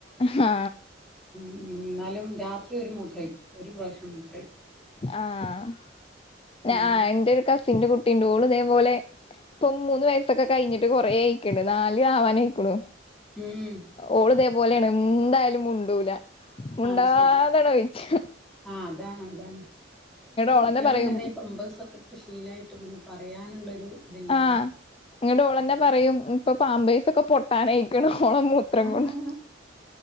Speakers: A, on the left (about 30°); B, in the centre.
A: ആഹ്.
B: ഉം എന്നാലും രാത്രി ഒരു മൂത്രയ്ക്ക് ഒരു പ്രാവശ്യം മൂത്രയ്ക്ക്.
A: ആഹ് ഞ
B: ഉം
A: ആഹ് എന്റെ ഒരു കസിന്റെ കുട്ടിണ്ട് ഓള് അതേ പോലെ ഇപ്പൊ മൂന്ന് വയസ്സൊക്കെ കഴിഞ്ഞിട്ട് കൊറേ ആയിക്കണ് നാല് ആവാനയിക്കണു.
B: ഉം
A: ഓള് ഇതേ പോലെയാണ് എന്തായാലും മുണ്ടൂല. മുണ്ടാതാടാ
B: അത് ശരി
A: ഒയിച്ചും.
B: ആഹ് അതാണ് അതാണ് ഇപ്പൊ
A: ഓളെന്നെ
B: കുട്ടികളും
A: പറയും
B: തന്നെ ഈ പമ്പേഴ്സൊക്കെ ഇട്ട് ശീലായിട്ട് പിന്നെ പറയാനുള്ളൊരു. ഇതില്ല
A: ആഹ് എന്നിട്ട് ഓളന്നെ
B: അതെ
A: പറയും ഇപ്പൊ പാമ്പേസ് ഒക്കെ പോട്ടാനായി. ക്കാണ് ഓളെ മൂത്രം
B: ആഹ്
A: കൊണ്ട്.